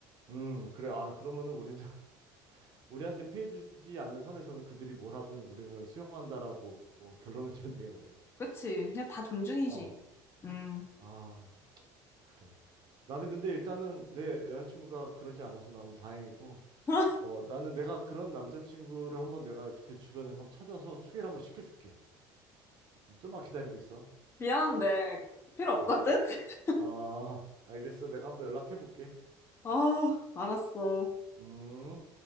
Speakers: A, on the right; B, on the left.
A: 음, 그래. 아, 그러면은 우리는 <laughs> 우리한테 피해 주지 않는 선에서는 그들이 뭘 하든 우리는 수용한다라고 뭐 결론을 지면 되겠네.
B: 그치? 그냥 다 존중이지.
A: 어.
B: 음.
A: 아, 그래. 나는 근데 일단은 내 여자친구가 그러지 않아서 나는 다행이고,
B: <laughs>
A: 어, 나는 내가 그런 남자친구를 한번 내가 그 주변에서 한번 찾아서 소개를 한번 시켜줄게. 음, 좀만 기다리고 있어.
B: 미안한데 필요 없거든?
A: 어.
B: <laughs>
A: 아, 알겠어. 내가 한번 연락해 볼게.
B: 아, 알았어.
A: 음.